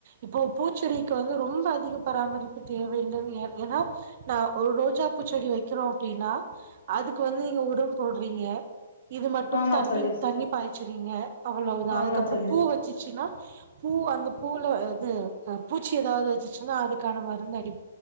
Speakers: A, on the right (about 50°); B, on the left (about 70°).
A: இப்போ பூச்செடிக்கு வந்து ரொம்ப அதிக பராமரிப்பு தேவ வேண்டும் ஏன் ஏனா நா ஒரு ரோஜா பூச்செடி வைக்கிறோம் அப்டின்னா அதுக்கு வந்து நீங்க உரம் போடுறீங்க இது மட்டும்
B: ஆமா
A: தண்ணி
B: தோழி
A: தண்ணி பாய்ச்சறீங்க அவ்ளோவுதா
B: ஆமா
A: அதுக்கப்புறம்
B: தோழி
A: பூ வ ச்சிச்சினா பூ அந்த பூல இது ஆ பூச்சி எதாவது வச்சிச்சினா அதுக்கான மருந்து அடி